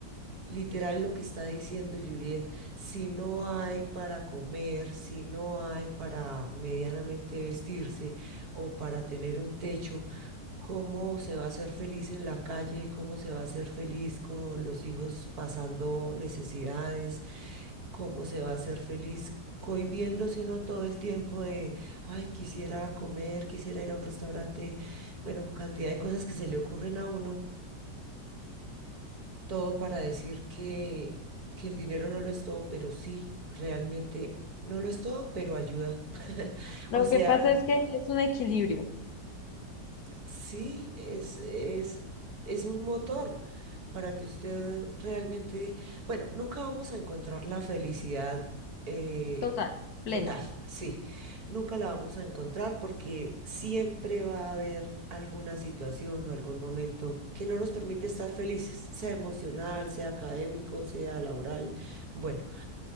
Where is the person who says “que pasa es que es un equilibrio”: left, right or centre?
Left